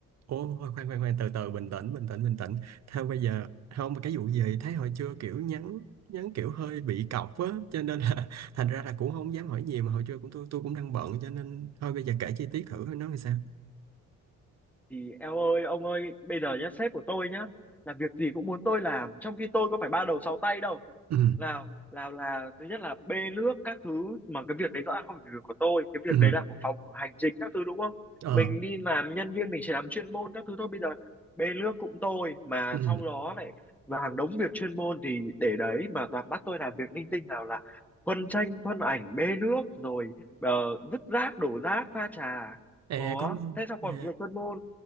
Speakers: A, on the right; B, in the centre.
A: Ồ, khoan, khoan, khoan, từ từ, bình tĩnh, bình tĩnh, bình tĩnh. Theo bây giờ, không, mà cái vụ gì, thấy hồi trưa kiểu nhắn, nhắn kiểu hơi bị cọc á, cho nên là, <laughs> thành ra là cũng không dám hỏi nhiều, mà hồi trưa cũng tôi, tôi cũng đang bận, cho nên, thôi bây giờ kể chi tiết thử, nó làm sao?
B: thì em ơi ông ơi bây giờ nhá sếp của tôi nhá là việc gì cũng muốn tôi làm trong khi tôi có phải ba đầu sáu tay đâu
A: Ừ,
B: Lào Lào là thứ nhất là bê nước các thứ mà cái việc đấy rõ ràng không phải việc của tôi cái việc
A: ừ,
B: đấy là của phòng hành chính các thứ đúng không
A: ờ,
B: mình đi làm nhân viên mình chỉ làm chuyên môn các thứ thôi bây giờ bê nước cũng tôi mà
A: ừ,
B: sau đó lại và hàng đống việc chuyên môn thì để đấy mà toàn bắt tôi làm việc linh tinh nào là khuân tranh khuân ảnh bê nước rồi ờ, vứt rác đổ rác pha trà
A: e
B: ủa
A: có,
B: thế sao còn
A: à,
B: việc chuyên môn